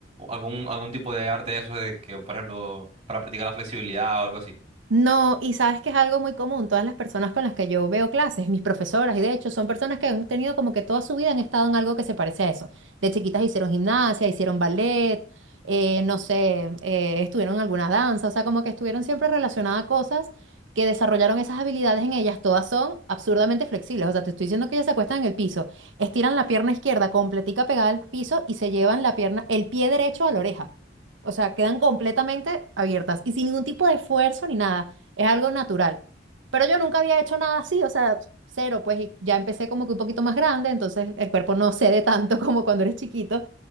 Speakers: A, on the right; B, on the right.
A: algún, algún tipo de arte de esos de que, por ejemplo, para practicar la flexibilidad o algo así?
B: No, y sabes que es algo muy común. Todas las personas con las que yo veo clases, mis profesoras, y de hecho son personas que han tenido como que toda su vida han estado en algo que se parece a eso. De chiquitas hicieron gimnasia, hicieron ballet, eh, no sé, eh, estuvieron en alguna danza, o sea, como que estuvieron siempre relacionadas a cosas que desarrollaron esas habilidades en ellas. Todas son absurdamente flexibles. O sea, te estoy diciendo que ellas se acuestan en el piso, estiran la pierna izquierda completica pegada al piso y se llevan la pierna, el pie derecho a la oreja. O sea, quedan completamente abiertas y sin ningún tipo de esfuerzo ni nada. Es algo natural. Pero yo nunca había hecho nada así, o sea, cero, pues y ya empecé como que un poquito más grande, entonces el cuerpo no cede tanto <laughs> como cuando eres chiquito.